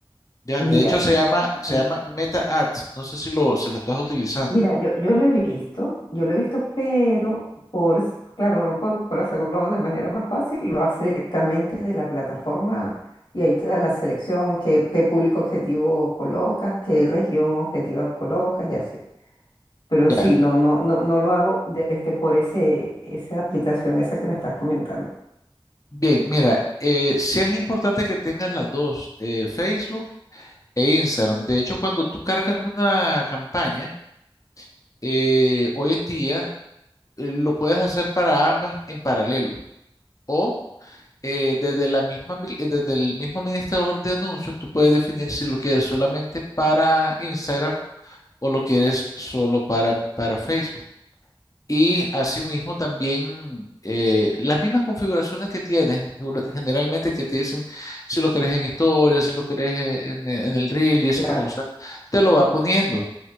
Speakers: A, on the left; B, on the left.
A: Ya,
B: Mira,
A: de hecho se
B: m-
A: llama,
B: ajá.
A: se llama Meta Ads. No sé si lo, si lo estás utilizando.
B: Mira, yo, yo lo he visto, yo lo he visto, pero por, s- claro, uno por, por hacerlo de manera más fácil, lo hace directamente de la plataforma y ahí te da la selección, qué, qué público objetivo colocas, qué región objetiva colocas y así. Pero
A: Ya.
B: sí, no, no, no, no lo hago de- este, por ese, esa aplicación, esa que me estás comentando.
A: Bien, mira, eh, sí es importante que tengas las dos, eh, Facebook e Instagram. De hecho, cuando tú cargas una campaña, eh, hoy en día eh, lo puedes hacer para ambas en paralelo. O eh, desde la misma, mil- eh, desde el mismo administrador de anuncios, tú puedes definir si lo quieres solamente para Instagram o lo quieres solo para, para Facebook. Y asimismo también eh, las mismas configuraciones que tienes, segura- generalmente que te dicen si lo querés en historia, si lo querés eh, en, eh, en el reel y esas
B: Claro.
A: cosas, te lo va poniendo.